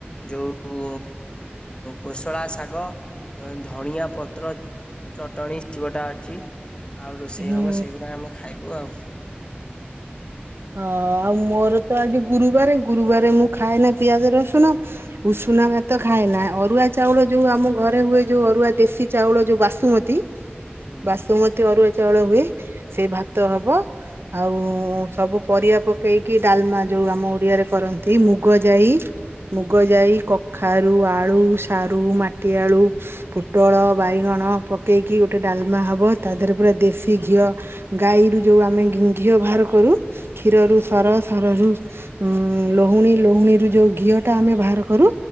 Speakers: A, on the left; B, on the right.
A: ଯୋଉ କୋଶଳା ଶାଗ ଧଣିଆ ପ ତ୍ର ଚଟଣୀ ସେଗୁଟା ଅଛି ଆଉ ରୋଷେଇ
B: ହୁଁ
A: ହବ ସେଇଗୁଡା ଆମେ ଖାଇବୁ ଆଉ।
B: ହ ଆଉ ମୋର ତ ଆଜି ଗୁରୁବାରେ ଗୁରୁବାର ମୁଁ ଖାଏ ନା ପିଆଜ ରସୁଣ ଉଷୁନା
A: ହୁଁ
B: ଭାତ ଖାଏ ନା ଅରୁଆ ଚାଉଳ ଯୋଉ ଆମ ଘରେ ହୁଏ ଯୋଉ ଅରୁଆ ଦେଶୀ ଚାଉଳ ଯୋଉ ବାସୁମତୀ
A: ହୁଁ
B: ବାସୁମତୀ ଅରୁଆ ଚାଉଳ ହୁଏ ସେଇ ଭାତ ହବ ଆଉ ସବୁ ପରିବା ପକେଇକି ଡାଲମା ଯୋଉ ଆମ ଓଡିଆରେ କରନ୍ତି ମୁଗ ଯାଇ ମୁଗ ଯାଇ କଖାରୁ ଆଳୁ ସାରୁ ମାଟି ଟିଆଳୁ ପୋଟଳ ବାଇଗଣ ପକେଇକି ଗଟେ ଗୋଟେ ଡାଲମା ହେବ ତା ଦେହରେ ପୁରା ଦେଶୀ ଘିଅ ଗାଈରୁ ଯେଉଁ ଆମେ ଘି-ଘିଅ ବାହାର କରୁ। କ୍ଷୀରରୁ ସର ସରରୁ ଲହୁଣୀ ଲହୁଣୀରୁ ଯେଉ ଘିଅଟା ଆମେ ବାହାର କରୁ।